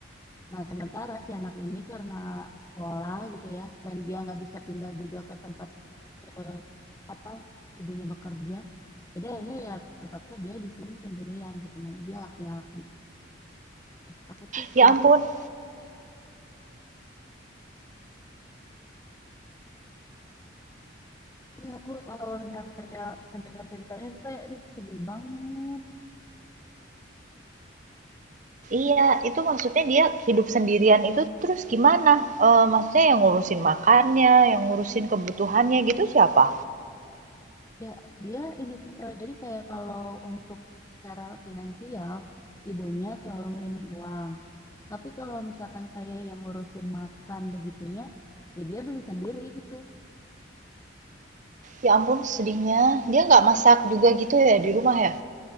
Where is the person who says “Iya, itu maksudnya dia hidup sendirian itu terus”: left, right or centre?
Right